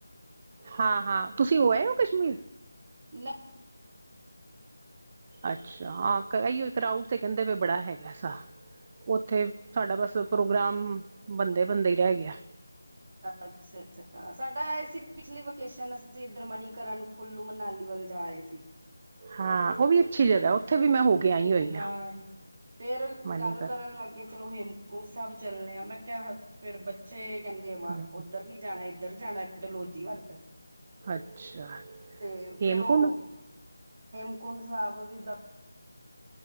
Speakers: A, on the right; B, on the right.
A: ਹਾਂ ਹਾਂ ਤੁਸੀਂ ਹੋ ਆਏ ਓ ਕਸ਼ਮੀਰ?
B: ਨ
A: ਅੱਛਾ ਹਾਂ ਕਰ ਐਹੀਓ ਕੀ ਕਰਾਊਡ ਤੇ ਕੇਂਦੇ ਪਯੇ ਬੜਾ ਹੈਗਾ ਸਾ। ਓਥੇ ਸਾਡਾ ਬਸ ਪ੍ਰੋਗਰਾਮ ਬਨਦੇ ਬਨਦੇ ਈ ਰਹ ਗਆ ਐ।
B: ਅੱਛਾ ਅੱਛਾ ਸਾਡਾ ਏਹ ਸੀ ਪਿਛਲੀ ਵਕੇਸ਼ਨ ਅਸੀਂ ਐਧਰ ਮਨੀਕਰਨ ਕੁੱਲੂ ਮਨਾਲੀ ਵੱਲ ਜਾ ਆਏ ਸੀ।
A: ਹਾਂ ਓ ਵੀ ਅੱਛੀ ਜਗਾ ਐ ਓਥੇ ਵੀ ਮੈ ਹੋ ਕੇ ਆਈ ਹੋਈ
B: ਹਾਂ ਫੇਰ
A: ਮਨੀਕਰ
B: ਗੱਲ ਕਰਨ ਲੱਗ ਗੇ ਚਲੋ ਹੇਮ ਹੇਮਕੁਣ ਸਾਹਿਬ ਚੱਲਨੇ ਆ ਮੈਂ ਕਆ ਫਿਰ ਬੱਚੇ ਕੇਂਦੇ ਵਾ
A: ਹੂੰ,
B: ਓਦਰ ਨੀ ਜਾਣਾ ਐਦਰ ਜਾਣਾ ਡਲਹੌਜੀ ਵੱਲ।
A: ਅੱਛਾ
B: ਤੇ
A: ਹੇਮਕੁੰਡ
B: ਫੇਰ ਓਹ ਹੇਮਕੁੰਡ ਸਾਹਿਬ ਵੀ ਦ